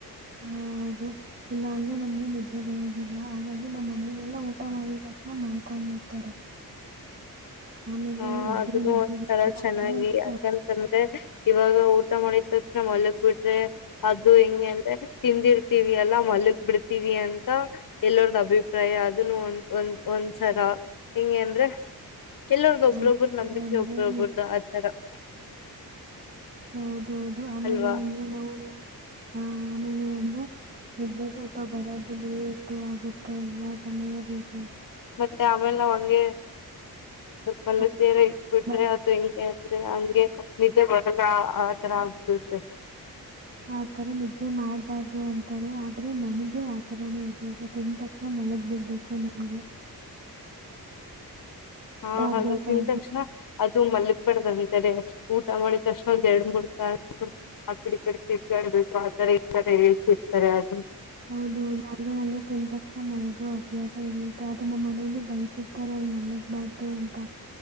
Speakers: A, on the right; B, on the left.
A: ಹ ಹೌದು ಇಲ್ಲ ಅಂದ್ರೆ ನಮ್ಗೆ ನಿದ್ದೆ ಬರುೋದಿಲ್ಲ ಹಾಗಾಗಿ ನಮ್ಮ್ ಮನಲೆಲ್ಲ ಊಟ ಮಾಡಿದ ತಕ್ಷಣ ಮಲ್ಕೊಂಡ್ಬಿಡ್ತಾರೆ ಆಮೇಲೆ
B: ಹಾ
A: ಎದ್ರೆ
B: ಅದನ್ನು
A: ನಿದ್ದೆ
B: ಒಂ
A: ಬರೋದಿಲ್ಲ
B: ತರ ಚೆನ್ನಾಗಿ
A: ಅಂದ್ರೆ ನಿದ್ದೆ
B: ಯಾಕಂತಂದ್ರೆ
A: ಅಪ್-
B: ಇವಾಗ ಊಟ ಮಾಡಿದ ತಕ್ಷಣ ಮಲ್ಗ್ ಬಿಟ್ರೆ ಅದು ಹೆಿಂಗ ಅಂದ್ರೆ ತಿಂದಿರ್ತಿೀವಿ ಅಲ್ಲಾ ಮಲ್ಗ್ ಬಿಡ್ತೀವಿ ಅಂತ ಎಲ್ಲರದ ಅಭಿಪ್ರಾಯ ಅದನ್ನು ಒಂದ ಒಂದ್ ಒಂದ್ಸರ ಹೆಂಗ ಅಂದ್ರೆ ಎಲ್ಲವರ್ಗ ಒಬ್ಬ್ರೊಬ್ಬರು
A: ಆ,
B: ನಂಬಿಕೆ
A: ಅಂದ್ರೆ
B: ಒಬ್ಬ್ರೊಬ್ಬ್ರ್ದ ಆತರ <inaudible>
A: ಹೌದ ಹೌದು ಆಮೇಲೆ
B: ಅಲ್ವಾ
A: ಅಂದ್ರೆ ನಾವು ಹಾ ಆಮೇಲೆ ಅಂದ್ರೆ ನಿದ್ದೆ ಸ್ವಲ್ಪ ಬರದು ಲೇಟು ಆಗುತ್ತೆ ಅಲ್ವಾ ಸಮಯ ಬೇಕು
B: ಮತ್ತೆ ಆಮೇಲ್ ನಾವ್ ಹಂಗೆ ಮಲ್ಲಿ
A: ಆ
B: ಬೇರೆ ಇಟ್ಬಿಟ್ರೆ
A: ಮ-
B: ಅದು ಹೆಂಗೆ ಅಂದ್ರೆ ಹಂಗೆ ನಿಜೆ ಬರ್ ಲ್ಲ ಆತರ ಆಗ್ಿವಸ <inaudible>
A: ಆತರ ನಿದ್ದೆ ಮಾಡ್ಬಾರ್ದು ಅಂತಾರೆ ಆದ್ರೆ ನನಗೆ ಆತರಾನೇ ಅಭ್ಯಾಸ ತಿಂದ ತಕ್ಷಣ ಮಲಗ್ ಬಿಿಡ್ಬೇಕು ನಂಗೆ
B: ಹಾ
A: ಅಭ್ಯಾಸ
B: ಅದು ತಿಂದ
A: ಆಗ್ಬಿಟ್ಟು
B: ತಕ್ಷಣ ಅದು ಮಲಗ ಬರದು ಅದಿಕೆ ಊಟ ಮಾಡಿದಷ್ಟ ಒಂದ್ ಎರಡ್ ಮೂರ್ ತಾಸು ಆ ಕಡೆ ಈಕಡೆ ತಿರ್ಗಡ್ದ್ ಬೇಕು ಆತರ ಈ ತರ ಹೆಲ್ತಹಿರತಾರೆ ಹಿರತಾರೆ ಅದು
A: ಹೌದೌದು ಅದ್ರೆ ನಂಗೆ ತಿಂದ್ ತಕ್ಷಣ ಮಲಗೋ ಅಭ್ಯಾಸ ಇತ್ತ ಆದ್ರೆ ನಮ್ಮ್ ಮನೇಲಿ ಬೈತಿರ್ತಾರೆ ಹಂಗ್ ಮಲ್ಲಗ್ಬಾರ್ದು ಅಂತ